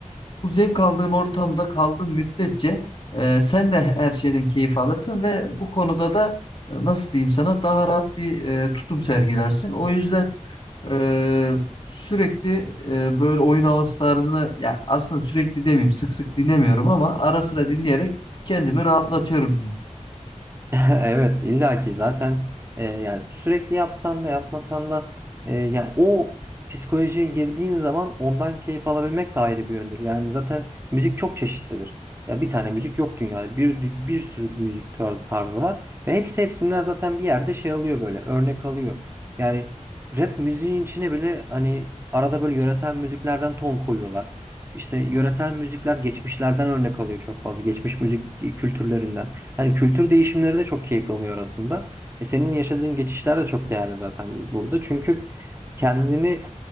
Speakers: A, on the left; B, on the right.
A: bu zevk aldığın ortamda kaldığın müddetçe e, sen de her şeyden keyif alırsın ve bu konuda da e, nasıl diyeyim sana daha rahat bir e, tutum sergilersin. O yüzden e, sürekli e, böyle oyun havası tarzını ya aslında sürekli demeyeyim sık sık dinlemiyorum ama ara sıra dinleyerek kendimi rahatlatıyorum diyeyim.
B: <laughs> Evet illaki zaten e, yani sürekli yapsan da yapmasan da e, ya o psikolojiye girdiğin zaman ondan keyif alabilmek de ayrı bir yöndür. Yani zaten müzik çok çeşitlidir. Ya bir tane müzik yok dünyada. Bir bir sürü müzik tar- tarzı var ve hepsi hepsinden zaten bir yerde şey alıyor böyle örnek alıyor. Yani rap müziğin içine bile hani arada böyle yöresel müziklerden ton koyuyorlar. İşte yöresel müzikler geçmişlerden örnek alıyor çok fazla. Geçmiş müzik kültürlerinden. Hani kültür değişimleri de çok keyifli oluyor aslında. E senin yaşadığın geçişler de çok değerli zaten burada. Çünkü kendini